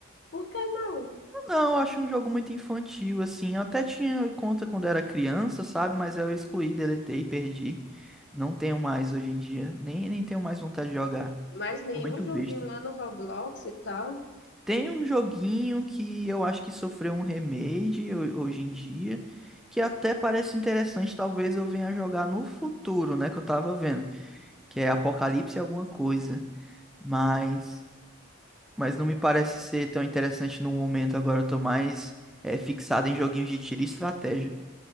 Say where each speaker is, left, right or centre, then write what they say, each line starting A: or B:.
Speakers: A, on the left; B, in the centre.
A: Por que não?
B: Não, eu acho um jogo muito infantil, assim. Eu até tinha conta quando era criança, sabe? Mas eu excluí, deletei, perdi. Não tenho mais hoje em dia. Nem, nem tenho mais vontade de jogar.
A: Mas nenhum
B: Tô muito
A: joguinho
B: besta.
A: lá no Roblox e tal.
B: Tem um joguinho que eu acho que sofreu um remake ho- hoje em dia, que até parece interessante, talvez eu venha jogar no futuro, né, que eu tava vendo, que é Apocalipse alguma coisa, mas mas não me parece ser tão interessante no momento agora, eu tô mais é, fixado em joguinhos de tiro e estratégia.